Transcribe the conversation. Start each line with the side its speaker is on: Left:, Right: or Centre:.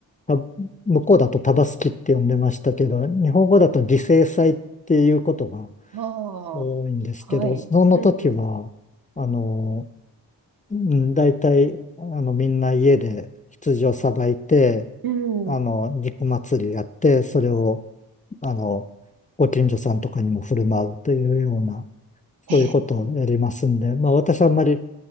Left: た向こうだとタバスキって呼んでましたけど、日本語だと犠牲祭っていうことが
Right: あ
Left: 多いんですけど、
Right: あ、はい。
Left: その時は、
Right: うん。
Left: あの、うん大体、あの、みんな家で羊をさばいて、
Right: うん
Left: あの、肉祭りやって、それを、あの、ご近所さんとかにも振る舞うというような、
Right: ええ。
Left: そういうことをやりますんで、まあ私あんまり